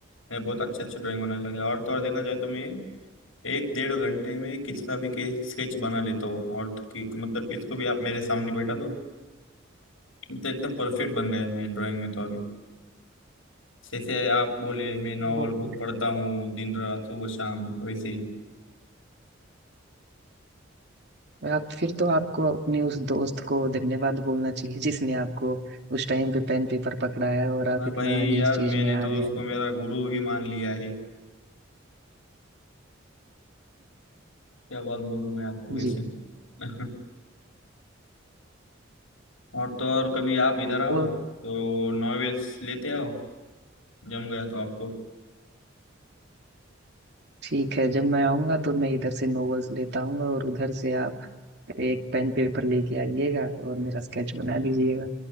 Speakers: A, on the left; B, on the right.
A: मैं बहुत अच्छे अच्छे ड्राइंग बनाने लगा और तो और देखा जाए तो मैं एक डेढ़ घंटे में किसका भी के स्केच बना लेता हूँ और तो कि, मतलब किसको भी आप मेरे सामने बैठा दो तो एकदम परफेक्ट बन गया मैं ड्राइंग में तो अभी जैसे आप बोले मैं नॉवल
B: बहुत
A: बहुत
B: बढ़िया
A: पढ़ता हूँ दिन रात सुबह शाम वैसे ही
B: आप फिर तो आपको अपने उस दोस्त को धन्यवाद बोलना चाहिए जिसने आपको उस टाइम पे पेन पेपर पकड़ाया और आप
A: हाँ
B: इतना
A: भाई
B: आगे
A: यार
B: इस चीज
A: मैंने
B: में आ
A: तो
B: गए
A: उसको
B: हैं
A: मेरा गुरु ही मान लिया है क्या बात बोलूं मैं आपको
B: <laughs>
A: वैसे
B: जी
A: <laughs> और तो और कभी आप इधर आओ
B: और
A: तो नॉवेल्स लेते आओ जम गया तो आपको
B: ठीक है जब मैं आऊंगा तो मैं इधर से नॉवेल्स लेता आऊंगा और उधर से आप एक पेन पेपर लेके आइएगा और मेरा स्केच बना दीजिएगा